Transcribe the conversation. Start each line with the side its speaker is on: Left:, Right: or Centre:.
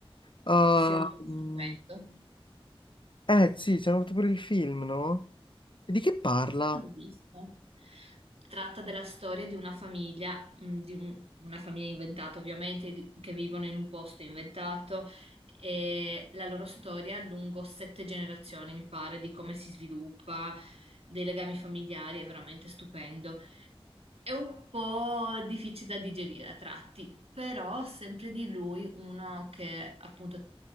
Left: Ah,
Right: Sì, sì, è un libro
Left: mm,
Right: stupendo.
Left: eh sì, ci hanno fatto pure il film, no? E di che parla?
Right: Non l'ho visto. Tratta della storia di una famiglia, mh, di un- una famiglia inventata ovviamente, di- che vivono in un posto inventato e la loro storia lungo sette generazioni, mi pare, di come si sviluppa, dei legami familiari, è veramente stupendo. È un po' difficile da digerire a tratti, però sempre di lui uno che appunto